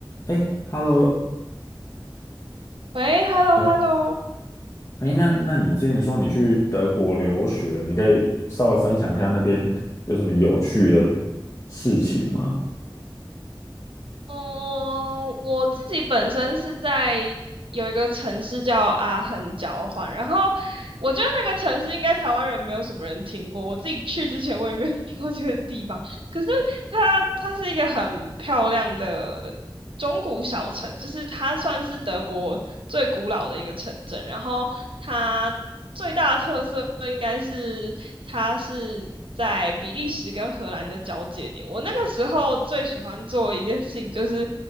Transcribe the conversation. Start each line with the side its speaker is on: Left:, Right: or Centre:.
Left: 哎，Hello，
Right: 喂，hello
Left: 啊，
Right: hello，
Left: 哎，那那你之前说你去德国留学，你可以稍微分享一下那边有什么有趣的事情吗？
Right: 嗯，我自己本身是在有一个城市叫阿恒交换，然后我觉得那个城市应该台湾人没有什么人听过，我自己去之前我也没有听过这个地方，可是它它是一个很漂亮的。中古小城，就是它算是德国最古老的一个城镇，然后它最大的特色应该是它是在比利时跟荷兰的交界点。我那个时候最喜欢做的一件事情就是，